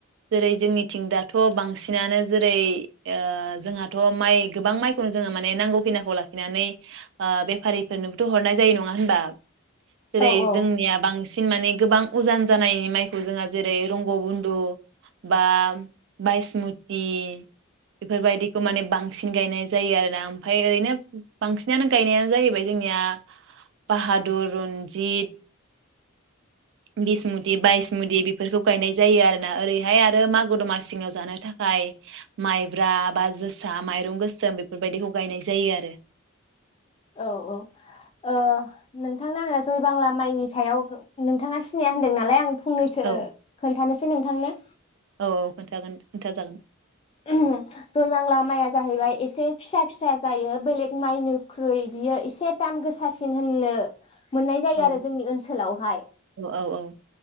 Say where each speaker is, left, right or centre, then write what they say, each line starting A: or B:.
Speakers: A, on the right; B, on the left.
A: जेरै जोंनिथिं दाथ बांसिनानो जेरै जोंहाथ माइ गोबां माइखौनो जोंङो माने नांगौ फिनाखौ लाखिनानै ओ बेफारिफोरनोबोथ हरनाय जायो नङा होनबा। जेरै
B: औ औ
A: जोंनिया बांस सिन माने गोबां उजान जानायनि माइखौ जोंहा जेरै रंग' बन्धु बा बायसमुथि बेफोरबायदिखौ माने बांसिन गायनाय जायो आरो ना। फाय ओरैनो बांसिनानो गायनाया जाहैबाय जोंनिया बाहादुर रनजित बिसमुथि बायसमुथि बेफोरखौ गायनाय जायो आरोना ओरैहाय आरो मागो दमासिङाव जानो थाखाय माइब्रा बा जोस माइरं गोसोम बेफोरबायदिखौ गायनाय जायो आरो
B: औ औ ओ नोंथांना आङो जयबांला माइनि सायाव नोंथाङा सिनाया होनदों नालाय आं फंनैसो
A: औ
B: खोन्थानो नोंथांनो
A: औ औ खोन्थागोन खोन्था जागोन।
B: ओम जय बांला माइआ जाहैबाय एसे फिसा फिसा जायो बेलेग माइनिख्रुइ बियो एसे दाम गोसासिन होननो मोननाय जायो
A: औ
B: आरो जोंनि ओनसोलावहाय
A: औ औ